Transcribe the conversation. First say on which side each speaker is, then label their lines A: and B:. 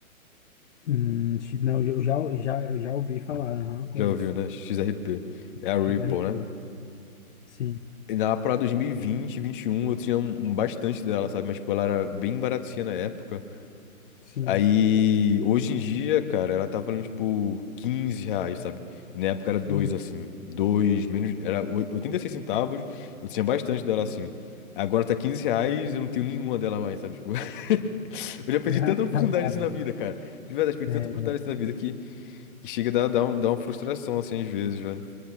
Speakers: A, on the left; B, on the left.
A: Hum, X- não, eu já, eu já, eu já ouvi falar, aham, conheço.
B: Já ouviu, né? XRP. É a
A: XRP,
B: Ripple, né?
A: sim,
B: E na para 2020, 2021, eu tinha um, um bastante dela, sabe? Mas, tipo, ela era bem baratinha na época.
A: sim.
B: Aí, hoje em dia, cara, ela tá valendo, tipo, 15 reais, sabe? Na época era
A: Hum,
B: dois assim. dois menos. Era oi- 86 centavos. Eu tinha bastante dela assim. Agora tá 15 reais, eu não tenho nenhuma dela mais, sabe? Tipo. <laughs> Eu já perdi
A: <laughs> Ah,
B: tanta oportunidade
A: tá
B: assim
A: bom.
B: na vida, cara. De verdade, perdi
A: É,
B: tanta oportunidade assim na vida que, que chega a dar, dar, um- dar uma frustração, assim, às vezes, velho.